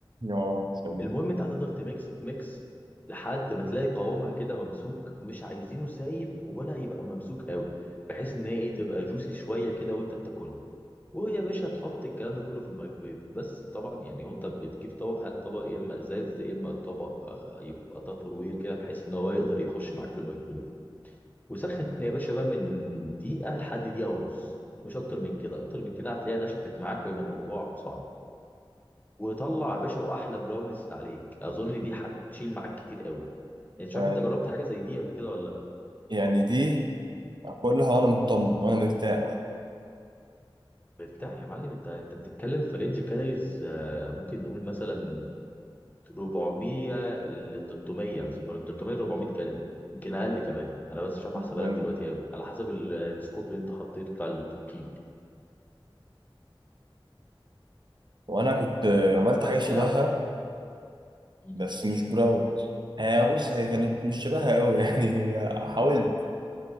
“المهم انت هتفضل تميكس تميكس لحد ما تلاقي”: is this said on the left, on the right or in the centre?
Left